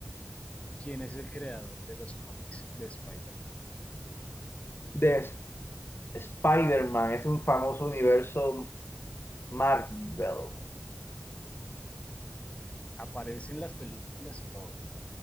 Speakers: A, on the left (about 30°); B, on the left (about 60°).
A: quién es el creador de los cómics de Spider-Man.
B: De Sp- Spider-Man, es un famoso universo Marvel.
A: Aparece en las películas y todo.